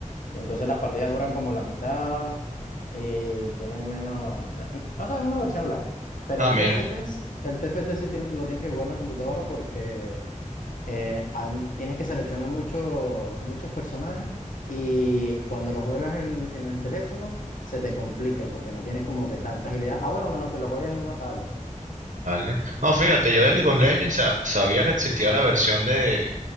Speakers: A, on the left (about 80°); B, on the right (about 85°).
A: Y entonces las partidas duran como la mitad y tienen menos... eh, O sea, es una versión live. Pero
B: ah,
A: el
B: mira,
A: T F T es- el T TFT sí tien- lo tienes que jugar en la computadora porque eh, hay- tienes que seleccionar mucho- muchos personajes y cuando lo juegas en, en el teléfono se te complica porque no tienes como que tanta agilidad. Ah, bueno, menos que lo juegues en una tablet.
B: vale. No, fíjate, yo de League of Legends sa- sabía que existía la versión de,